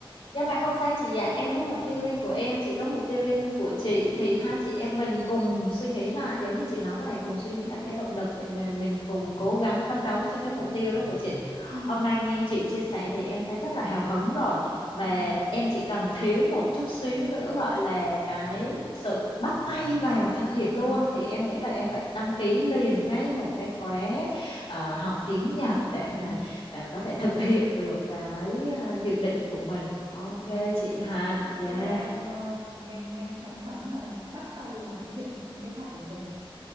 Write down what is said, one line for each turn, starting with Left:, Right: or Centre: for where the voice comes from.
Left: Nhưng mà không sao chị ạ, em
Right: đúng
Left: có
Right: không
Left: mục tiêu riêng của em, chị
Right: đúng
Left: có mục tiêu riêng của chị
Right: đúng
Left: thì hai chị em mình cùng suy nghĩ lại, giống như
Right: đúng
Left: chị nói là
Right: Ừ.
Left: cùng
Right: Ừ.
Left: suy nghĩ lại cái động lực để mà mình cùng cố gắng phấn đấu
Right: Ừ.
Left: cho cái mục tiêu đó của chị.
Right: Ừ.
Left: Hôm nay nghe chị chia sẻ thì em thấy rất là hào hứng rồi và
Right: Ừ.
Left: em chỉ cần thiếu một chút xíu nữa gọi là cái sự bắt tay vào thực hiện
Right: ừ.
Left: luôn thì em
Right: đúng
Left: nghĩ
Right: rồi
Left: là em phải đăng ký liền ngay một cái khóa à, học tiếng Nhật để
Right: ừ.
Left: mà à, có thể thực hiện được cái à, dự định của mình ok
Right: Ừ.
Left: chị Hạnh
Right: Chị
Left: dạ
Right: chúc em ờ, nhanh nhanh chóng chóng là bắt tay vào thực hiện cái kế hoạch của mình